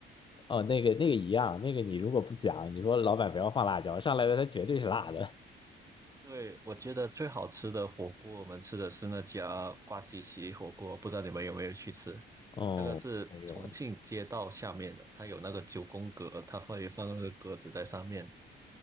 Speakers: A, on the left; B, on the right.
A: 哦，那个那个一样，那个你如果不讲，你说老板不要放辣椒，上来的它绝对是辣的。
B: 对，我觉得最好吃的火锅，我们吃的是那家瓜西西火锅，不知道你们有没有去吃？
A: 哦，
B: 那个是重庆街道下面的，
A: 没有喂，
B: 它有那个九宫格，它会放那个格子在上面。